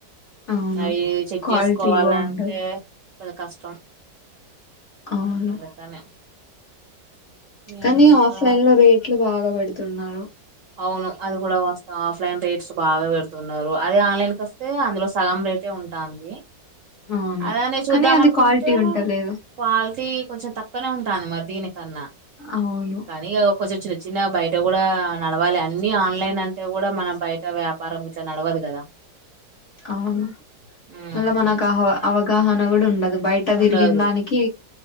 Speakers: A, on the left; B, on the right.
A: అవును.
B: అవి చెక్
A: క్వాలిటీ
B: చేసుకోవాలంటే
A: బావుండదు.
B: మల్ల కష్టం
A: అవును.
B: అందుకనే
A: కానీ
B: ఇంకా
A: ఆఫ్లైన్ లో రేట్లు బాగా పెడుతున్నారు
B: అవును అది కూడా వాస్తవం ఆఫ్ లైన్ రేట్స్ బాగా పెడుతున్నారు అదే ఆన్లైన్ క వస్తే అందులో సగం రేటే ఉంటంది
A: అవును.
B: అదనే చూద్దాం
A: కానీ అది
B: అనుకుంటే
A: క్వాలిటీ ఉంటలేదు.
B: క్వాలిటీ కొంచెం తక్కువనే ఉంటంది మరి దీనికన్నా
A: అవును.
B: కానీ కొంచెం చిన్న చిన్న బయట అంటే కూడా నడవాలి అన్ని ఆన్లైన్ అంటే కూడా మనం బయట వ్యాపారం ఇట్ల నడవదు కదా
A: అవును
B: ఉమ్
A: మళ్ళా మనకు అ అవగాహన కూడా ఉండదు బయట
B: ఉండదు
A: తిరిగిన దానికి